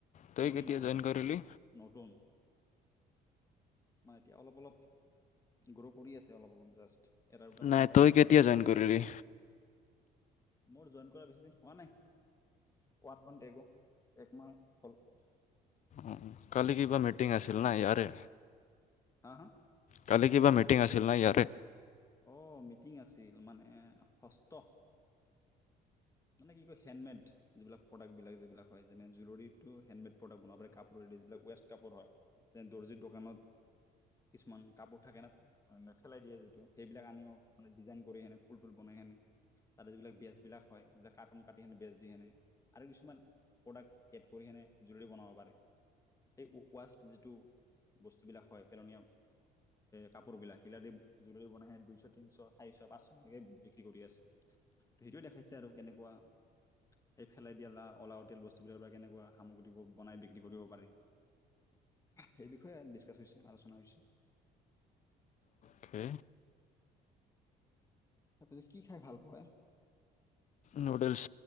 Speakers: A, on the left (about 45°); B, on the left (about 20°).
A: তই
B: পুৰণি
A: কেতিয়া
B: নহয়
A: জইন
B: আৰু
A: কৰিলি
B: নতুন। মানে এতিয়া অলপ অলপ গ্ৰ' কৰি আছে অলপ অলপ জাষ্ট। এটা দুটা ফান
A: নাই
B: পাইছে
A: তই কেতিয়া জইন কৰি ললি?
B: মোৰ জইন কৰা বেছি দিন হোৱা নাই ওৱানটগো একমাহ হ'ল।
A: উম, উম। কালি কিবা মিটিং আছিল না ইয়াৰে।
B: হা হা।
A: কালি কিবা মিটিং আছিল ন ইয়াতে।
B: অ মিটিং আছিল মানে ষষ্ঠ মানে কি কয় হেণ্ডমেড যিবিলাক প্ৰডাক্টবিলাক যিবিলাক হয় যেনে জুৱেলৰীটো হেণ্ডমেড প্ৰডাক্ট বনাব প কাপোৰৰে যিবিলাক ৱেষ্ট কাপোৰ হয় যে দৰ্জিত দোকানত কিছুমান কাপোৰ থাকে নে খেলাই দিয়ে যিটো সেইবিলাক আনিও মানে ডিজাইন কৰি সেনে ফুল তুল বনাই সেনে তাতে যিবিলাক বেজ বিলাক হয় সেইবিলাক কাৰ্টুন কাটি কেনে বেজ দি সেনে আৰু কিছুমান প্ৰডাক্ট এড কৰি কেনে জুৱেলাৰী বনাব পাৰে সেই ৱাষ্ট যিটো বস্তুবিলাক হয় পেলনীয়া কাপোৰ বিলাক সেইবিলাক দুই চ টিন চ চাৰিশ চ পাঁচ এনেকে বিক্ৰী কৰি আছে সেইটোে দেখাইছে আৰু কেনেকুৱা <unintelligible> দিয়া ওলাওঁতে বস্তুবিলাক পৰা কেনেকুৱা সামগ্ৰী বনাই বিক্ৰী কৰিব পাৰি সেই বিষয়ে ডিছকাছ হৈছে আলোচনা হৈছে।
A: কে
B: তাৰপিছত কি খাই ভাল পোৱায়।
A: Noodles